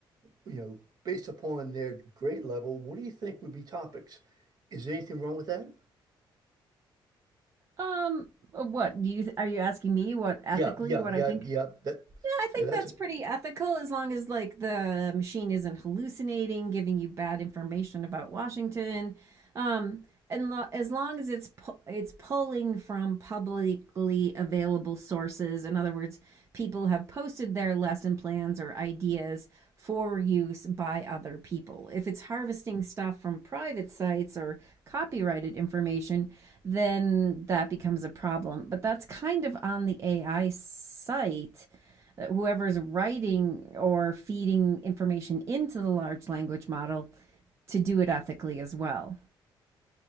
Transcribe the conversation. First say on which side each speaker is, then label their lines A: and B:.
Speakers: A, on the right; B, on the right.
A: You know, based upon their grade level, what do you think would be topics? Is there anything wrong with that?
B: um, what do you are you asking me what ethically
A: Yeah, yeah,
B: what
A: yeah,
B: I think?
A: yeah. That,
B: Yeah, I think
A: yeah, that's
B: that's
A: a
B: pretty ethical as long as like the machine isn't hallucinating, giving you bad information about Washington. Um, and lo- as long as it's pu- it's pulling from publicly available sources, in other words, people have posted their lesson plans or ideas for use by other people. If it's harvesting stuff from private sites or copyrighted information, then that becomes a problem. But that's kind of on the AI site whoever's writing or feeding information into the large language model to do it ethically as well.